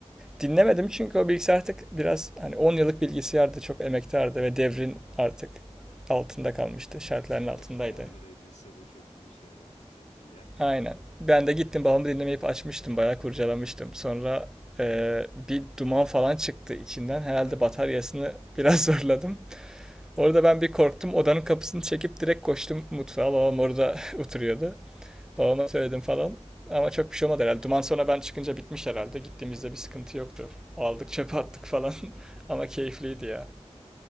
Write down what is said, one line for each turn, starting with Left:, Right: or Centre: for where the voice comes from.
Centre: Dinlemedim çünkü o bilgisayar artık biraz hani 10 yıllık bilgisayardı, çok emektardı ve devrin artık altında kalmıştı, şartların
Left: Evet,
Centre: altındaydı.
Left: tamir edilse de çok bir işe yaramayacak diye.
Centre: Aynen. Ben de gittim babamı dinlemeyip açmıştım. Bayağı kurcalamıştım. Sonra eee, bir duman falan çıktı içinden. Herhalde
Left: <laughs>
Centre: bataryasını biraz <laughs> zorladım. Orada ben bir korktum. Odanın kapısını çekip direkt koştum mutfağa. Babam orada <laughs> oturuyordu. Babama söyledim falan. Ama çok bir şey olmadı herhalde. Duman sonra ben çıkınca bitmiş herhalde. Gittiğimizde bir sıkıntı yoktu. Aldık çöpe attık
Left: Evet.
Centre: falan. <laughs> Ama keyifliydi
Left: <laughs>
Centre: ya.